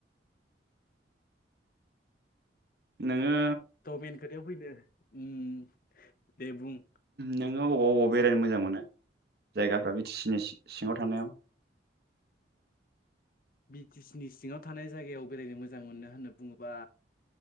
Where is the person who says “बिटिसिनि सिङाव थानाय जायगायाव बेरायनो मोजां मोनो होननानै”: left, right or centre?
Left